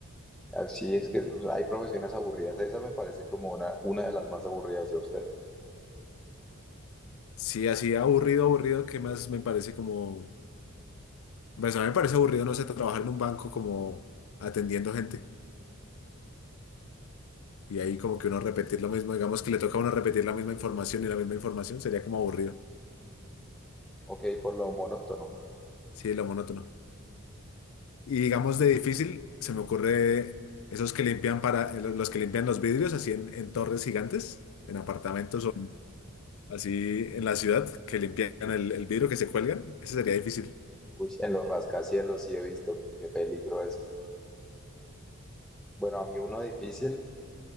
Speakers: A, in the centre; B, on the left.
A: así es que es- hay profesiones aburridas. Esa me parece como una, una de las más aburridas, ya usted?
B: Sí, así aburrido, aburrido, ¿qué más me parece como... Pues a mí me parece aburrido, no sé, trabajar en un banco como atendiendo gente y ahí como que uno repetir lo mismo, digamos que le toca a uno repetir la misma información y la misma información, sería como aburrido.
A: Ok, por lo monótono.
B: Sí, lo monótono. Y digamos de difícil, se me ocurre esos que limpian para, los que limpian los vidrios así en, en torres gigantes, en apartamentos así en la ciudad, que limpian el, el vidrio que se cuelgan, ese sería difícil.
A: Uy, en los rascacielos sí he visto. Qué peligro eso. Bueno, a mí uno difícil,